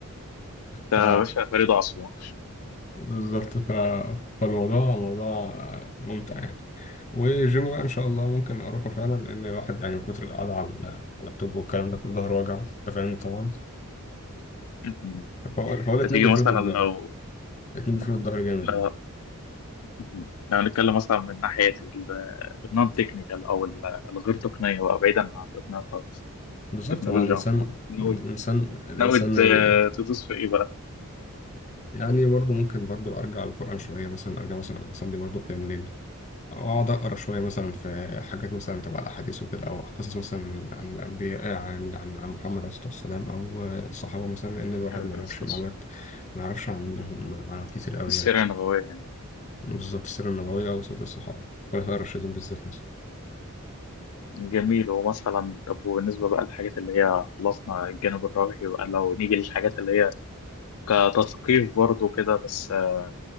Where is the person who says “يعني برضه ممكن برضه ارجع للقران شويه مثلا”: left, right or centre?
Left